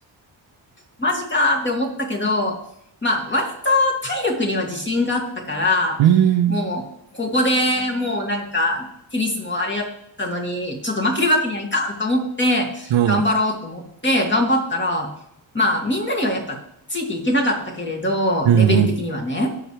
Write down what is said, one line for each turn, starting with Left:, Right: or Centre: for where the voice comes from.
Left: マジかーって思ったけど、まあ、割と体力には自信があったから、
Right: うーん、
Left: もう、ここでもうなんか、テニスもあれやったのに、ちょっと負けるわけにはいかんと思って、
Right: うん、
Left: 頑張ろうと思って、頑張ったら、まあ、みんなにはやっぱついていけなかったけれど、
Right: うん、
Left: レベル的にはね。
Right: うん、